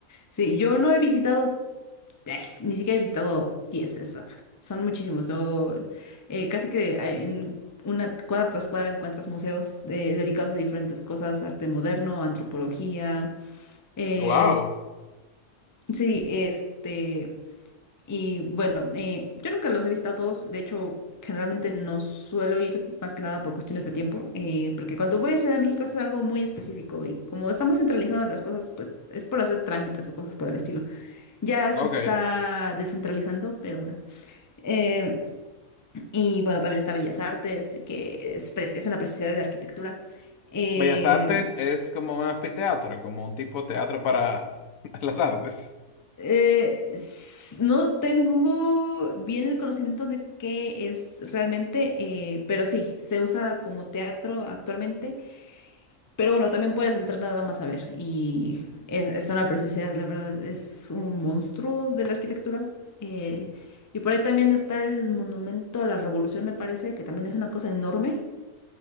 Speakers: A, on the left (about 25°); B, on the left (about 75°).
A: sí, yo no he visitado, ay, ni siquiera he visitado 10 es, ah, son muchísimos. Yo, eh, casi que eh, en una cuadra tras cuadra encuentras museos eh, dedicados a diferentes cosas, arte moderno, antropología. eh,
B: Wow.
A: sí, este... Y bueno, eh, yo nunca los he visto a todos, de hecho, generalmente no suelo ir más que nada por cuestiones de tiempo, eh, porque cuando voy a Ciudad de México es algo muy específico y como está muy centralizado las cosas, pues es por hacer trámites o cosas por el estilo. Ya
B: Ok.
A: se está descentralizando, pero bueno. Eh, y bueno, también está Bellas Artes, que es, pre- es una preciosidad de arquitectura. Eh,
B: Bellas Artes es como un anfiteatro, como un tipo de teatro para <laughs> las artes.
A: Eh, s- no tengo bien el conocimiento de qué es realmente, eh, pero sí, se usa como teatro actualmente. Pero bueno, también puedes entrar nada más a ver. Y es, es una preciosidad, la verdad. Es un monstruo de la arquitectura. Eh, y por ahí también está el monumento a la Revolución, me parece, que también es una cosa enorme.